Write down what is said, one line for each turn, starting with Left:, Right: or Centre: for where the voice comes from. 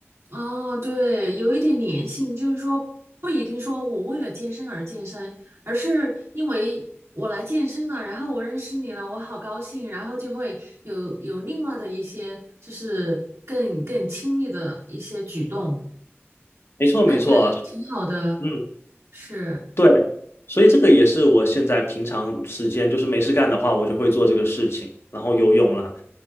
Right: 哦，对，有一点粘性，就是说不一定说我为了健身而健身，而是因为我来健身了，然后我认识你了，我好高兴，然后就会有有另外的一些就是更更亲密的一些举动，
Left: 没错，
Right: 我感觉挺好的，
Left: 没错，嗯，
Right: 是。
Left: 对，所以这个也是我现在平常时间就是没事干的话，我就会做这个事情，然后游泳啦，